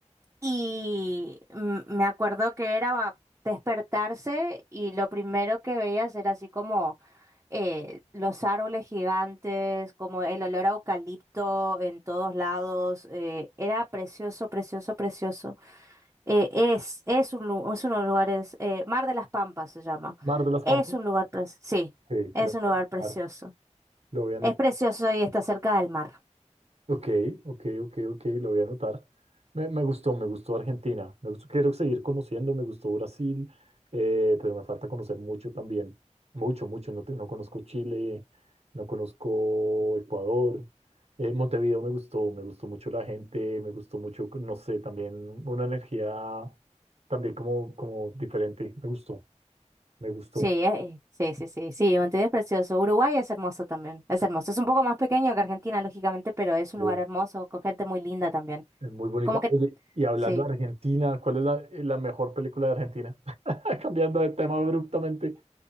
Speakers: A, on the right (about 20°); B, on the right (about 55°).
A: y mm, me acuerdo que era despertarse y lo primero que veías era así como eh, los árboles gigantes, como el olor a eucalipto en todos lados. eh, era precioso, precioso, precioso. Eh, es, es un, lu- es uno de los lugares, eh, Mar de las Pampas se llama.
B: Mar de las
A: Es
B: Pampas.
A: un lugar, pre- sí,
B: Sí,
A: es
B: lo
A: un
B: voy
A: lugar
B: a
A: precioso.
B: anotar, lo voy a anotar.
A: Es precioso y está cerca del mar.
B: Ok, ok, ok, ok, lo voy a anotar. Me, me gustó, me gustó Argentina. Me gustó, quiero seguir conociendo, me gustó Brasil, eh, pero me falta conocer mucho también. Mucho, mucho. No, te- no conozco Chile, no conozco Ecuador. Eh, Montevideo me gustó, me gustó mucho la gente, me gustó mucho, no sé, también una energía también como, como diferente. Me gustó, me gustó.
A: Sí, eh, sí, sí, sí, sí, Montevideo es precioso. Uruguay es hermoso también, es hermoso. Es un poco más pequeño que Argentina, lógicamente, pero es un
B: eh.
A: lugar hermoso, con gente muy linda también.
B: Es muy bonita.
A: Como que,
B: Oye, y hablando
A: sí.
B: de Argentina, ¿cuál es la, eh, la mejor película de Argentina? <laughs> Cambiando de tema abruptamente.